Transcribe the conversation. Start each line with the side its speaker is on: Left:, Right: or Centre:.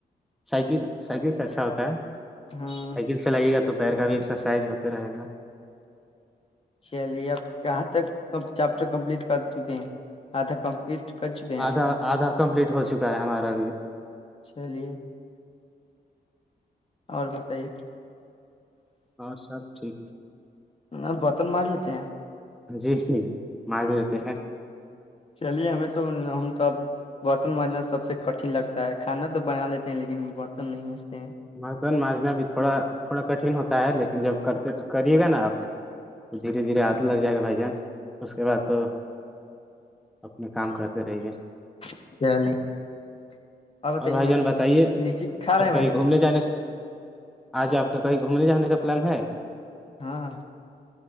Centre: سائیکل سائیکل سے اچھا ہوتا ہے
Left: ہاں
Centre: سائیکل چلائیے گا تو پیر کا بھی ایکسرسائز ہوتا رہے گا
Left: چلیے اپ کہاں تک چیپٹر کمپلیٹ کر چکے ہیں آدھا کمپلیٹ کر چکے ہیں بھائی
Centre: آدھا
Left: جان
Centre: آدھا کمپلیٹ ہو چکا ہے ہمارا بھی
Left: چلیے اور بتائیے
Centre: اور سب ٹھیک
Left: ن برتن مانج لیتے ہیں آپ
Centre: جی جی مانج لیتے ہیں
Left: چلیے ہمیں تو ہم تو اب برتن مانجنا سب سے کٹھن لگتا ہے کھانا تو بنا لیتے ہیں لیکن برتن نہیں مانجتے ہیں
Centre: برتن مانجنا بھی تھوڑا تھوڑا کٹھن ہوتا ہے لیکن جب کرتے کریے گا نا آپ تو دھیرے دھیرے عادت لگ جائے گا بھائی جان اس کے بعد تو اپنے کام کرتے رہیے
Left: <inaudible>
Centre: اور بھائی جان بتائیے اور کہیں
Left: جان
Centre: گھومنے
Left: لیچی
Centre: جانے آ ج تو کہیں گھومنے جانا کا پلان ہے
Left: ہاں ہاں